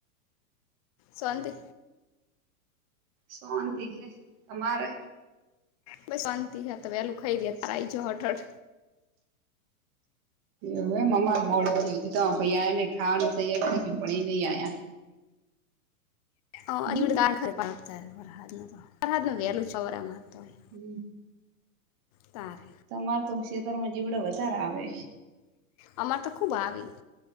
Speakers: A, on the left; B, on the right.
A: શવાંતિ
B: શોંતિ છે તમારે
A: બસ શાંતિ છેયા ત વેલું ખાઈ ગયા ત આવીજ હટળ
B: એવ એમ અમાર મોડે છે હજી તમાર ભાઈ આયા નહી ખાવાનું તૈયાર થઈ ગયું પણ એ નઈ આ્યા
A: હવડ
B: હમ
A: દાણ ખર પળતા વરહદ ન તો વરદ ન વેલ ચોરા માતો હોય
B: હમ
A: તારે
B: તમાર તો ખેતર માં જીવડો વધારે આવે
A: અમાર તો ખુબ આવી